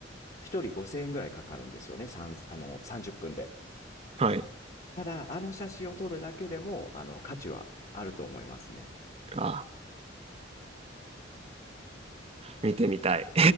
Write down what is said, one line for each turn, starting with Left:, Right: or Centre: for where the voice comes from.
Left: 一人5000円ぐらいかかるんですよね。三あの、30分で。
Right: あ、はい。
Left: ただ、あの写真を撮るだけでも、あの、価値はあると思いますね。
Right: あー、見てみたい。